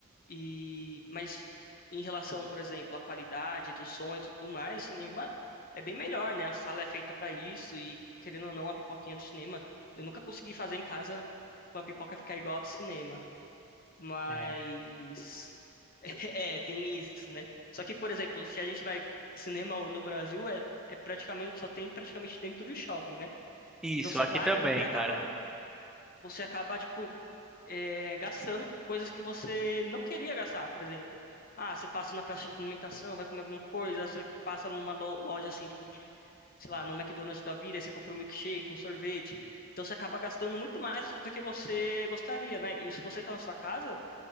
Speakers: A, on the left (about 45°); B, in the centre.
A: E, mas em relação, por exemplo, à qualidade do som e tudo mais, o cinema é bem melhor, né? A sala é feita pra isso e, querendo ou não, a pipoquinha do cinema, eu nunca consegui fazer em casa pra pipoca ficar igual a do cinema. Mas
B: É.
A: <laughs> é, tem isso, né? Só que, por exemplo, se a gente vai cinema no Brasil, é, é praticamente só tem praticamente dentro do shopping, né?
B: Isso,
A: Então você
B: aqui
A: vai,
B: também,
A: e você acaba,
B: cara.
A: você acaba tipo é, gastando com coisas que você não queria gastar, por exemplo. Ah, você passa na praça de alimentação, vai comer alguma coisa, você passa numa lo- loja assim, tipo de, sei lá, no McDonald's da vida, aí você compra um milkshake, um sorvete. Então você acaba gastando muito mais do que você gostaria, né? E se você tá na sua casa,